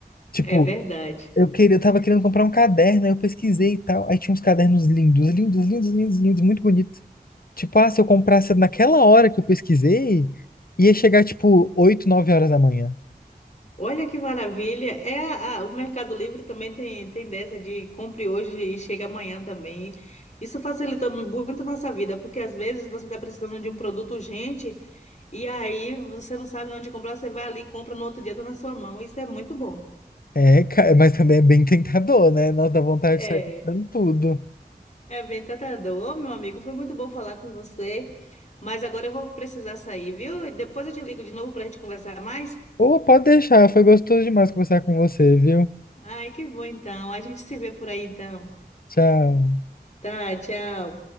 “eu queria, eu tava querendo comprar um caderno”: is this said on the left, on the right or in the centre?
Left